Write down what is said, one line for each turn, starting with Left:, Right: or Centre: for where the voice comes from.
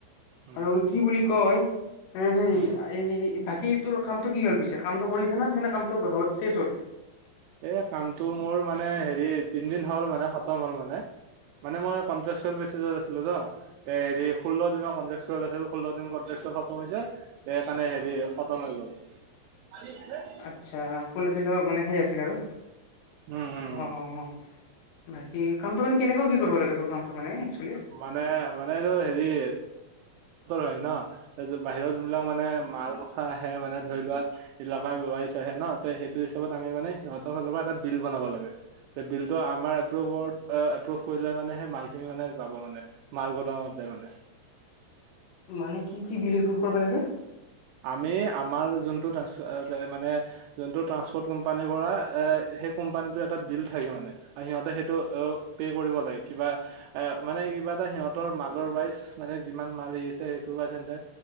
Right: উম
Left: আৰু কি বুলি কয়, এ সেই
Right: উম
Left: আ এই বাকী তোৰ কামটো কি হ'ল পিছে, কামটো কৰি আছে না পিছেনে কামটো <unintelligible> শেষ হ'ল?
Right: এ, কামটো মোৰ মানে হেৰি তিনদিন হ'ল মানে খতম হ'ল মানে। মানে মই কন্ট্ৰেকচল বেচিছত আছিলো ন, এ হেৰি ষোল দিনৰ কনট্ৰেকচ <unintelligible> ষোল্ল দিন কনট্ৰেকচোৱেল খতম হৈছে সেইকাৰণে হেৰি খতম হৈ গ'ল। <unintelligible>
Left: আচ্ছা, ষোল্ল দিনৰ মানে সেই আছিল আৰু
Right: উম' উম
Left: অ'
Right: উম
Left: অ অ, বাকী কামটো মানে কেনেকুৱা কি কৰিব লাগে তোৰ কামটো মানে একচুৱেলি?
Right: মানে মানে এইটো হেৰি <unintelligible> হয় ন তাৰপিছত বাহিৰত যোনবিলাক মানে মাল মখা আহে মানে ধৰি লোৱা ইলকাই <unintelligible> ন, ত' সেইটো হিচাবত আমি মানে সিহঁতৰ ফালৰ পৰা এটা বিল বনাব লাগে। এ বিলটো আমাৰ এপ্ৰুভৰ এ এপ্ৰুভ কৰিলে মানে সেই মালখিনি মানে যাব মানে, মাল গোদামত যায় মানে।
Left: মানে কি কি বিল এপ্ৰুফ কৰিব লাগে?
Right: আমি আমাৰ যোনটো <unintelligible> মানে যোনটো ট্ৰান্সপৰ্ট কোম্পানীৰ পৰা এ সেই কোম্পানীতো এটা বিল থাকে মানে। আ সিহঁতে সেইটো অ', পে কৰিব লাগে কিবা এ মানে কিবা এটা সিহঁতৰ মালৰ ৱাইজ মানে যিমান মাল এৰি আছে সেইটোৰ ৱাইজ হেঁনতে